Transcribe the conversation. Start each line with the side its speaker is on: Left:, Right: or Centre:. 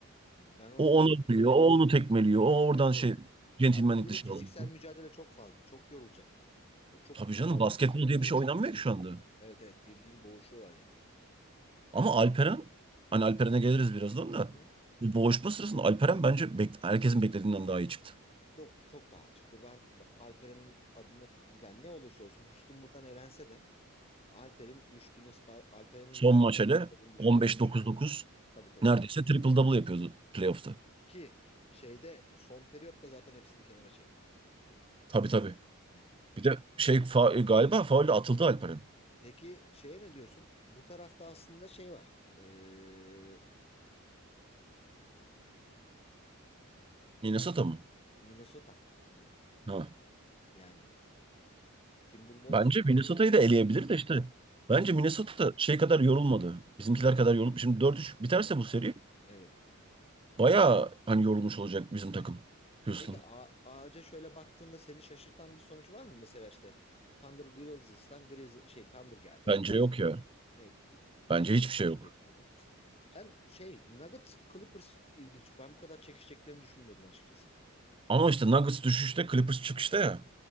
Left: ben orada
Right: O onu
Left: Lakers
Right: vuruyor, o onu tekmeliyor, o
Left: evet
Right: oradan
Left: evet
Right: şey centilmenlik
Left: Ya burada bir
Right: dışı
Left: de fiziksel
Right: alıyor.
Left: mücadele çok fazla. Çok yorulacaklar yani. Böyle Çok
Right: Tabii canım
Left: kavga,
Right: basketbol
Left: çok
Right: diye
Left: boğuşma.
Right: bir şey oynanmıyor ki şu anda.
Left: Evet evet bildiğim boğuşuyorlar yani.
Right: Ama Alperen, hani Alperen'e geliriz birazdan da.
Left: Hı hı.
Right: Bu boğuşma sırasında Alperen bence bek- herkesin beklediğinden daha iyi çıktı.
Left: Çok, çok daha iyi çıktı. Ben Alperen'in adına yani ne olursa olsun Houston buradan elense de Alper'in rüştünü ispa- Alperen'in
Right: Son
Left: rüştünü
Right: maç
Left: ispatladığını
Right: hele
Left: düşünüyorum
Right: on beş
Left: yani.
Right: dokuz dokuz,
Left: Tabii tabii.
Right: neredeyse triple double yapıyordu playoff'ta.
Left: Ki şeyde son periyotta zaten hepsini kenara çekti
Right: Tabii tabii.
Left: yani. Hı hı.
Right: Bir de şey fa- e, galiba faulle atıldı Alperen.
Left: Peki şeye ne diyorsun? Bu tarafta aslında şey var. Ee,
Right: Minnesota mı?
Left: Minnesota. Evet.
Right: Ha.
Left: Yani Timberwolves
Right: Bence Minnesota'yı
Left: müthiş
Right: da eleyebilir
Left: yani.
Right: de işte. Bence
Left: Yani
Right: Minnesota şey kadar yorulmadı. Bizimkiler kadar yorulup şimdi 4 üç biterse
Left: yok.
Right: bu seri
Left: Evet.
Right: bayağı hani yorulmuş olacak bizim takım. Houston.
Left: Peki A- ağaca şöyle baktığında seni şaşırtan bir sonuç var mı? Mesela işte Thunder Grizzlies'tan Grizz şey Thunder geldi.
Right: Bence
Left: Zaten
Right: yok ya.
Left: e, bir, bir
Right: Bence
Left: şey
Right: hiçbir
Left: gösteremeyeceklerdi.
Right: şey yok.
Left: Ben şey Nuggets Clippers ilginç. Ben bu kadar çekişeceklerini düşünmüyordum açıkçası.
Right: Ama işte Nuggets düşüşte, Clippers çıkışta ya.